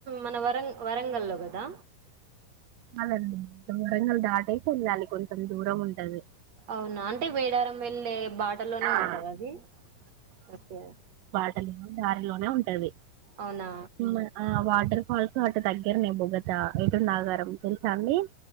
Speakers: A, on the right; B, on the right.
A: మన వరం వరంగల్ లో గదా
B: కాదండి వరంగల్ దాటేసి ఎళ్ళాలి కొంచెం దూరం ఉంటాది
A: అవునా అంటే వేడారం వెళ్ళే బాటలోనే
B: ఆ
A: ఉంటాదా అది ఓకే
B: టల్లో దారిలోనే ఉంటాది
A: అవునా
B: ఉమ్ ఆ వాటర్ హల్స్ హట్టు దగ్గరనే బొగత ఎటు నాగారం తెలుసా అండి